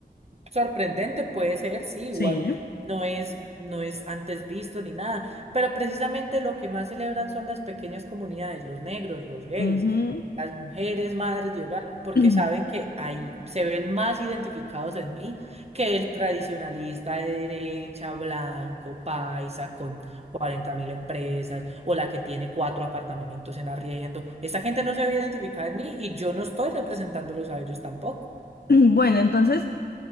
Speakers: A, on the right; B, on the left.
A: sorprendente puede ser, sí,
B: Sí.
A: igual no es, no es antes visto ni nada, pero precisamente lo que más celebran son las pequeñas comunidades, los negros, los gays,
B: ujú.
A: las mujeres, madres de hogar, porque
B: <clears throat>
A: saben que ahí se ven más identificados en mí que el tradicionalista de derecha, blanco, paisa, con cuarenta mil empresas, o la que tiene cuatro apartamentos en arriendo. Esa gente no se ve identificada en mí y yo no estoy representándolos a ellos tampoco.
B: Bueno, entonces,